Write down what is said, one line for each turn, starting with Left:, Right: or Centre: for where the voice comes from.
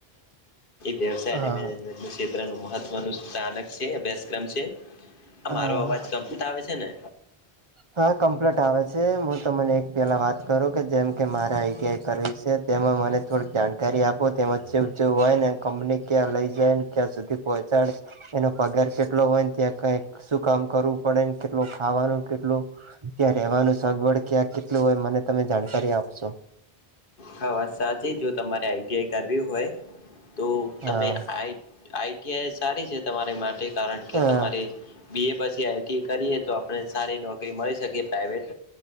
Left: વ્યવસાય
Right: હા
Left: અને મ મેનેજન્ટનું ક્ષેત્રનું મહત્વનું ાનક છે અભ્યાસક્રમ છે, આ
Right: હા
Left: મારો અવાજ કમપ્લીટ આવે છે ને?
Right: હા કમ્પ્લીટ આવે છે હું તમને એક પેલા વાત કરું કે જેમ કે મારે આઈ ટી આઈ કરવી છે તેમાં મને થોડીક જાણકારી આપો તેજ જેવું જેવું હોય ને કંપની ક્યાં લઇ જાય ને ક્યાં સુધી પહોંચાડે. એનો પગાર કેટલો હોય ને ત્યાં કઈ શું કામ કરવું પડે કેટલું ખાવાનું કેટલું ત્યાં રહેવાનું સગવડ ક્યાં કેટલું હોય મને તમે જાણકારી આપશો.
Left: હા વા સાચી જો તમારે આઈ ટી આઈ કરવી હોય. તો
Right: હા
Left: તમે આ આઇ ટી એસ સારી છે તમારી માટે કારણ કે
Right: હા
Left: તમારે બી એ પછી આઈટી કરીએ તો આપણે સારી નોકરીમાં મળી શકે પ્રાઇવેટ,